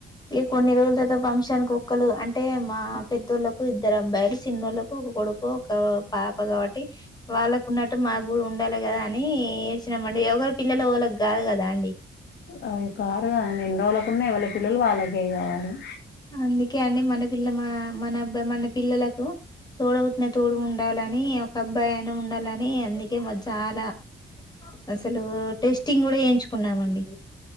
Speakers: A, on the left (about 20°); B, on the left (about 75°).
A: ఇక కొన్ని రోజులతోతో ఫంక్షానికి ఒక్కళ్రు అంటే మా పెద్దోళ్ళలకు ఇద్దరు అబ్బాయిలు చిన్నోళ్ళలకు ఒక కొడుకు ఒక పాప కాబట్టి వాళ్ళకు ఉన్నట్టు మాకు కూడా ఉండాలి కదా అని ఏడ్చినామండి ఎవరు పిల్లలు ఒకళ్ళకి కాదు కదా అండి
B: అవి కారు కాద ఎన్ని రోజులకున్నా ఎవళ పిల్లలు వాళ్ళకే కావాలి
A: అందుకే అండి మన పిల్ల మా మన అబ్బాయి మన పిల్లలకు తోడ పుట్టిన తోడు ఉండాలని ఒక అబ్బాయి అయినా ఉండాలని అందుకే చాలా అసలు టెస్టింగ్ కూడా వయించుకున్నామండి